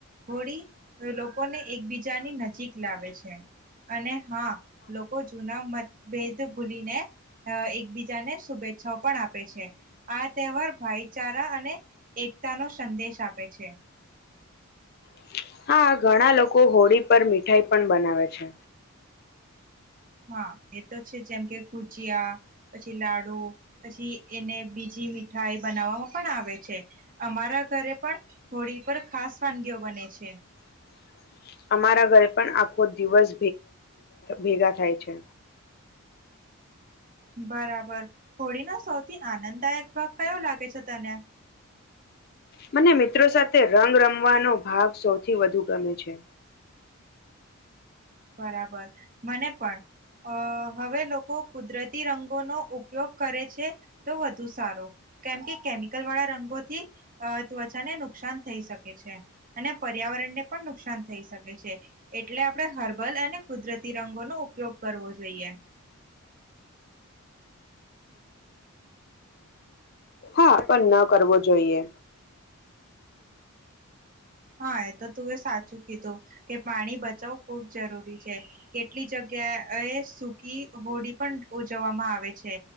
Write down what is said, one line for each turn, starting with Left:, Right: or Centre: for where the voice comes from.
Right: હોળી. લોકોને એકબીજાની નજીક લાવે છે. અને હા લોકો જૂના મતભેદ ભૂલીને. અ એકબીજા ને શુભેચ્છા. છ પણ આપે છે આ તહેવાર ભાઈચારા અને એક, <unintelligible> તા નો સંદેશ આપે છે.
Left: <unintelligible> હા ઘણા લોકો હોળી પર મીઠાઈ પણ બનાવે છે.
Right: હા એ તો છે જેમ કે કુજીિયા પછી લાડુ પછી એને બીજી. મીઠાઈ બનાવામાં પણ આવે છે અમારા ઘરે પણ હોળી પર ખાસ વાનગીઓ બને. છે <inaudible>
Left: હ <inaudible> અમારા ઘરે પણ આખો દિવસ ભેગા થાય છે.
Right: બરાબર હોળીનો સૌથી આનંદદાયક ભાગ કયો લાગે છે તને.
Left: મને મિત્રો સાથે રંગ રમવાનો ભાગ સૌથી વધુ ગમે છે.
Right: બરાબર મને પણ. અ હવે લોકો કુદરતી રંગોનો ઉપયોગ કરે છે તો વધુ સારો. કેમ કે કેમિકલ વાળા રંગોથી ત્વચાને નુકસાન થઈ શકે છે અને પર્યાવરણ. વાતવરણ ને પણ નુકસાન થઈ શકે છે એટલે આપડ. હર્બલ અને કુદરતી રંગોનો ઉપયોગ કરવો જોઈએ.
Left: હા પણ ન કરવો જોઈએ.
Right: હા એ તો તું એ સાચું કીધું કે પાણી બચાવવું ખુબ જરૂરી છે કેટલી જગ્યા. ત એ સૂકી હોડી પણ ઉજવવામાં આવે છે.